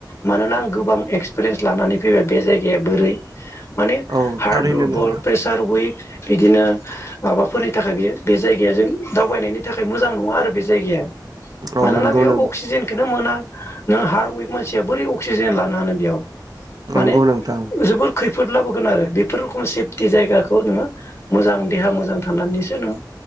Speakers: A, on the left; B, on the right.
A: मानोना आं गोबां एक्सपिरियेन्स लानानै फैबाय बे जायगाया बोरै माने
B: औ
A: हार्ड
B: थारैनो
A: दुरबल
B: नोंथां
A: प्रेसार उइक बिदिनो माबाफोरनि थाखाय बेयो बे जायगाया जों दावबायनायनि थाखाय मोजां नङा आरो बे जायगाया।
B: औ
A: मानोना
B: नंगौ
A: बेयाव
B: नों
A: अक्सिजेनखौनो मोना। नों हार उइक मानसिया बोरै अक्सिजेन लानो हानो बेयाव
B: नंगौ
A: माने
B: नोंथां
A: जोबोर खैफोद फोर लाबोगोन आरो बेफोर रोखोम सेफटि जायगाखौ नोङो मोजां देहा मोजां थानानैसो नोङो।